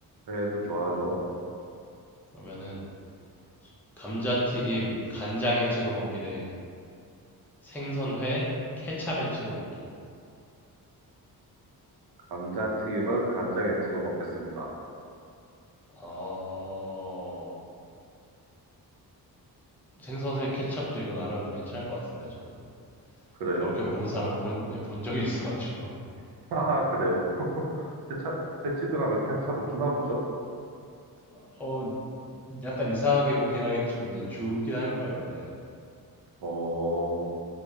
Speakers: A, on the right; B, in the centre.
A: 회도 좋아하죠.
B: 그러면은 감자튀김 간장에 찍어 먹기 대 생선회 케찹에 찍어 먹기.
A: 감자튀김을 간장에 찍어 먹겠습니다.
B: 어, 생선회 케첩도 이거 나름 괜찮을 것 같은데요, 저는.
A: 그래요?
B: 저 이렇게 먹는 사람을 본, 네, 본 적이 있어가지고.
A: <laughs> 아, 그래요? 케찹, 횟집에 가면 케찹을 주나 보죠?
B: <laughs> 어, 약간 이상하게 보긴 하겠지만, 네, 주긴 할 거예요, 네.
A: 어,